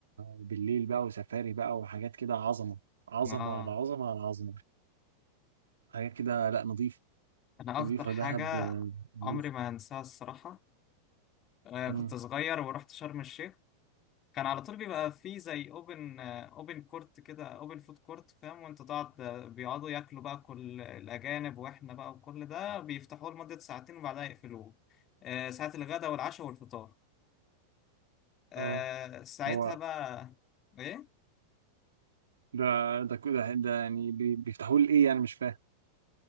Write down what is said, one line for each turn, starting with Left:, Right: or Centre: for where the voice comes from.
Right: بالليل بقى وسفاري بقى وحاجات كده عظمة عظمة
Left: اه
Right: على عظمة على عظمة حاجات كده لا نظيف
Left: انا
Right: نظيفة
Left: اكتر حاجة
Right: دهب آه،
Left: عمري
Right: نظيف
Left: ما هنساها الصراحة آه
Right: مم.
Left: كنت صغير ورحت شرم الشيخ كان على طول بيبقى في زي اوبن اوبن كورت كده اوبن فود كورت فاهم وانت تقعد آه، بيقعدوا ياكلوا بقى كل الاجانب واحنا بقى وكل ده بيفتحوه لمدة ساعتين وبعدها يقفلوه آه ساعة الغداء والعشاء والفطار آه
Right: اه
Left: ساعتها
Right: هو
Left: بقى ايه
Right: ده ده كده ده يعني بي- بيفتحوا لي ايه يعني مش فاهم